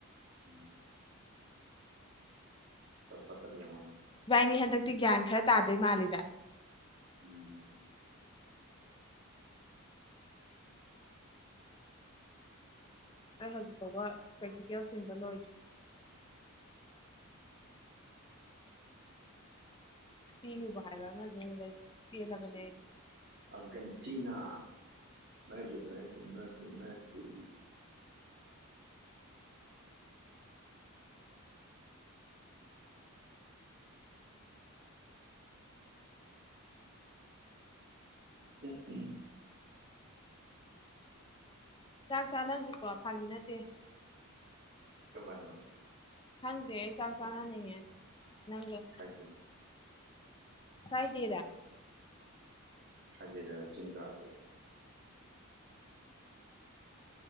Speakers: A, on the right (about 50°); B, on the left (about 20°).
A: ꯎꯝ ꯆꯞ <unintelligible> ꯌꯦꯛꯉꯣꯅꯦ
B: ꯏꯚꯥꯏꯅꯤ ꯍꯟꯗꯛꯇꯤ ꯒ꯭ꯌꯥꯟ ꯈꯔ ꯇꯥꯗꯣꯏ ꯃꯥꯜꯂꯤꯗ
A: ꯎꯝ
B: ꯑꯩ ꯍꯧꯖꯤꯛ ꯐꯥꯎꯕ ꯄ꯭ꯔꯦꯛꯇꯤꯀꯦꯜ ꯁꯤꯟꯕ ꯂꯣꯏ꯭ꯗ꯭ꯔꯤ ꯄꯤꯔꯨꯕ ꯍꯥꯏꯕ ꯑꯃꯖꯨ ꯑꯃꯨꯛ ꯂꯩ ꯄꯦꯜꯂꯕꯅꯦ
A: Argentina Messi Messi Messi Messi <unintelligible>
B: ꯆꯥꯛ ꯆꯥꯅꯁꯤꯀꯣ ꯐꯥꯒꯤ ꯅꯠꯇꯦ
A: ꯀꯝꯀꯥꯟꯗꯅꯣ
B: ꯈꯪꯗꯦ ꯑꯩ ꯆꯥꯛ ꯆꯥꯅꯅꯤꯡꯉꯦ ꯅꯪꯒ
A: ꯐ꯭ꯔꯥꯢꯗꯦ
B: ꯐ꯭ꯔꯥꯏꯗꯦꯗ
A: ꯐ꯭ꯔꯥꯢꯗꯦꯗ ꯆꯤꯡꯗꯥꯝꯒꯤ